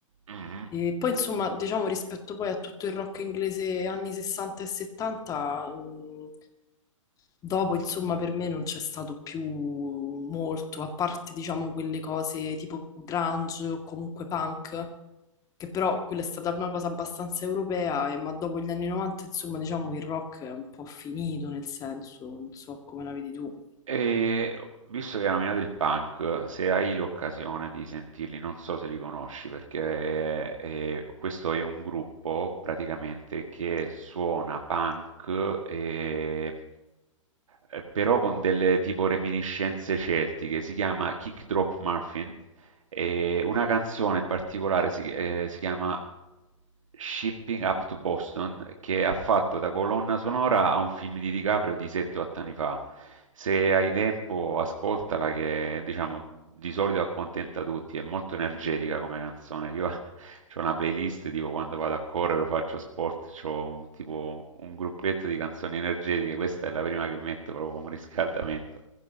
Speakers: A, on the right (about 75°); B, on the left (about 20°).
A: mhm.
B: E poi insomma, diciamo rispetto poi a tutto il rock inglese anni 60 e 70, mh, dopo insomma per me non c'è stato più molto, a parte diciamo quelle cose tipo grunge o comunque punk, che però quella è stata una cosa abbastanza europea, e, ma dopo gli anni 90 insomma diciamo che il rock è un po' finito nel senso, non so come la vedi tu.
A: E visto che hai nominato il punk, se hai l'occasione di sentirli, non so se li conosci, perché eh, questo è un gruppo praticamente che suona punk, e- eh, però con delle tipo reminiscenze celtiche, si chiama Kick Drop Muffin E una canzone in particolare si, eh, si chiama Shipping Up to Boston, che ha fatto da colonna sonora a un film di DiCaprio di 7-8 anni fa. Se hai tempo, ascoltala, che diciamo di solito accontenta tutti. È molto energetica come canzone. Io <laughs> ho una playlist tipo quando vado a correre o faccio sport, ho un, tipo un gruppetto di canzoni energetiche. Questa è la prima che metto proprio come riscaldamento.